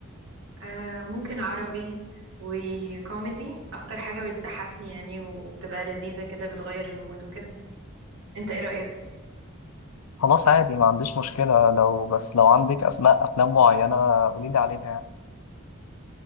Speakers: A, on the right (about 60°); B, on the left (about 85°).
A: آه ممكن عربي وكوميدي اكتر حاجة بتضحكني يعني وبتبقى لذيذة كده بتغير المود وكده انت ايه رأيك
B: خلاص عادي ما عنديش مشكله لو بس لو عندك اسماء افلام معينه قولي لي عليها يعني